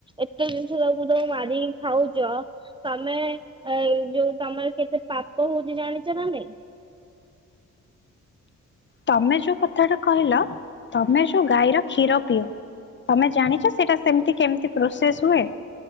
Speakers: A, on the right; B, on the left.
A: ଏତେ ଜିନିଷ ତାକୁ ତାକୁ ମାରିକି ଖାଉଚ। ତମେ ଏ ଯୋଉ ତମର କେତେ ପାପ ହଉଚି ଜାଣିଚ ନା ନାଇଁ?
B: ତମେ ଯୋଉ କଥାଟା କହିଲ ତ ତମେ ଯୋଉ ଗାଈର କ୍ଷୀର ପିଅ, ତମେ ଜାଣିଚ ସେଇଟା ସେମିତି କେମତି ପ୍ରୋସେସ୍ ହୁଏ?